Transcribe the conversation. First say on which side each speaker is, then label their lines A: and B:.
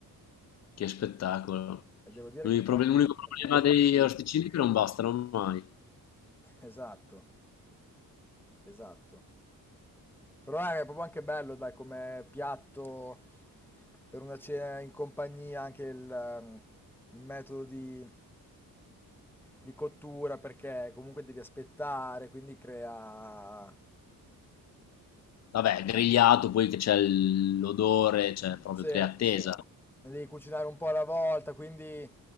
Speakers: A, on the left; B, in the centre.
A: Che spettacolo.
B: E devo dire
A: L'unico
B: che infatti
A: proble- l'unico problema
B: era buono.
A: degli arrosticini è che non bastano mai.
B: <laughs> Esatto, esatto. Però è proprio anche bello, dai, come piatto per una cena in compagnia, anche il, ehm, il metodo di, di cottura, perché comunque devi aspettare, quindi crea...
A: Vabbè, grigliato, poi che c'è l- l'odore, cioè proprio
B: Sì,
A: crea
B: Bello,
A: attesa.
B: sì. bello. Ne devi cucinare un po' alla volta, quindi